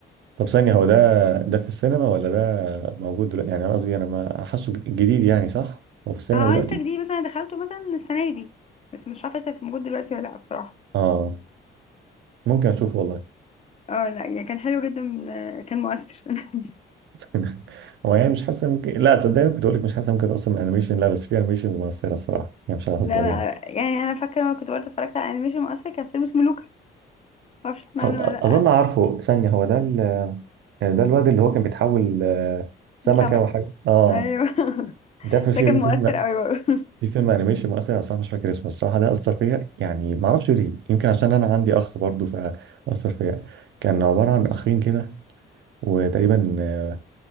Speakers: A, on the right; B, on the left.
A: طب ثانية هو ده ده في السينما ولا ده موجود دلوقتي يعني أنا قصدي انا ما حاسه ج- جديد يعني صح هو في السينما
B: اه
A: دلوقتي
B: التك دي مثلا دخلته مثلا السنة دي بس مش عارفة لسه موجود دلوقتي ولا لأ بصراحة
A: اه ممكن اشوفه والله
B: اه لا يعني كان حلو جدا آه، كان مؤثر <laughs>
A: <laughs> هو يعني مش حاسس ممكن لا تصدقني كنت اقول لك مش حاسس ممكن اصلا من انيميشن لا بس في انيميشنز مؤثرة الصراحة يعني مش ههزر
B: لا لا
A: يعني
B: يعني انا فاكرة لما كنت برضه اتفرجت على انيميشن مؤثر كان فيلم اسمه لوكا معرفش تسمع
A: أ-
B: عنه ولا لأ
A: اظن عارفه ثانية هو ده ال... آه، ده الواد اللي هو كان بيتحول آه، سمكة
B: لسمكة
A: وحاجة اه
B: ايوه <laughs>
A: ده في في-
B: ده كان مؤثر
A: فيلم
B: قوي برضه
A: في فيلم انيميشن مؤثر انا بصراحه مش فاكر اسمه الصراحه ده اثر فيا يعني ما اعرفش ليه يمكن عشان انا عندي اخ برضه فاثر فيا كان عباره عن اخين كده وتقريبا آه،